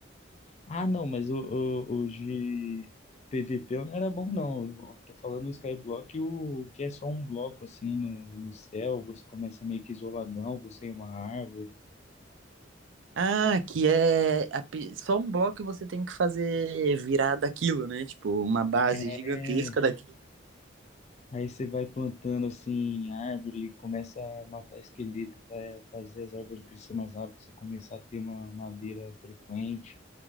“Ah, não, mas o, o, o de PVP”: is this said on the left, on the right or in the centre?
Left